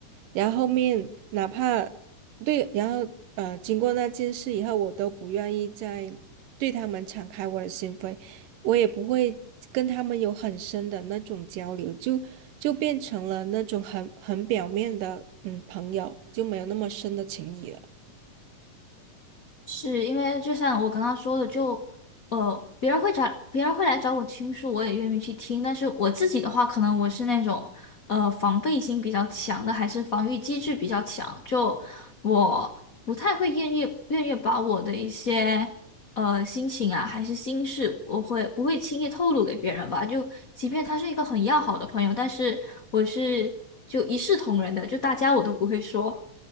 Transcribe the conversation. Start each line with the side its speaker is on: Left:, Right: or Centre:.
Right: 然后后面哪怕对，然后呃，经过那件事以后，我都不愿意再对他们敞开我的心扉，我也不会跟他们有很深的那种交流，就就变成了那种很很表面的嗯朋友，就没有那么深的情谊了。
Left: 是因为就像我刚刚说的，就呃，别人会找别人会来找我倾诉，我也愿意去听。但是我自己的话，可能我是那种呃防备心比较强的，还是防御机制比较强，就我不太会愿意愿意把我的一些呃心情啊，还是心事，我会不会轻易透露给别人吧？就即便他是一个很要好的朋友，但是我是就一视同仁的，就大家我都不会说。